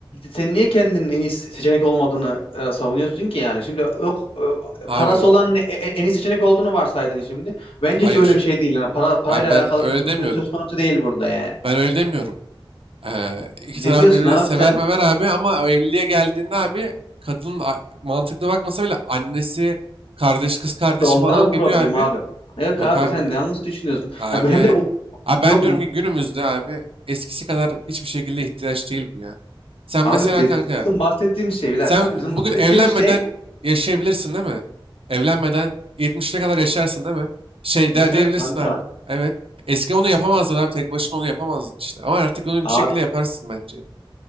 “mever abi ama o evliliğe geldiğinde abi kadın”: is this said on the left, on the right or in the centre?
Right